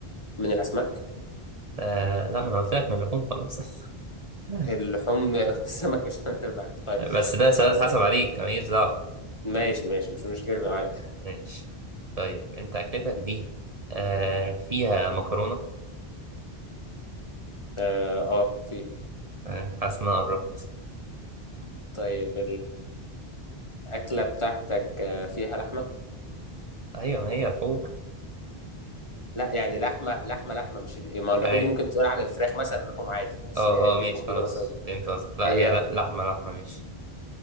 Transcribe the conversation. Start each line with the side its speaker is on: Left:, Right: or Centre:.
Left: من الأسماك
Right: آه لا ما انا قلت لك من اللحوم خلاص <laughs>
Left: اللحوم <laughs> السمك مش هنقدر نعمل. طيب
Right: بس ده سؤال
Left: خلاص
Right: حسب
Left: ماشي
Right: عليك ماليش دعوه
Left: ماشي ماشي مش مشكلة عادي
Right: ماشي طيب انت اكلتك دي آه فيها مكرونه
Left: اه آه، فيها
Right: آه، حاسس ان انا قربت
Left: طيب الأكلة بتاعتك آه، فيها لحمة
Right: ايوه ما هي لحوم
Left: لا يعني لحمة لحمة لحمة مش ال- ما اللحوم
Right: ايوه
Left: دي ممكن تقول على الفراخ مثلا لحوم عادي بس
Right: اه
Left: آه، دي
Right: اه ماشي
Left: لحوم بيضاء
Right: خلاص
Left: مثلا ودي
Right: فهمت قصدك لا
Left: هي
Right: هي لا لحمة لحمة ماشي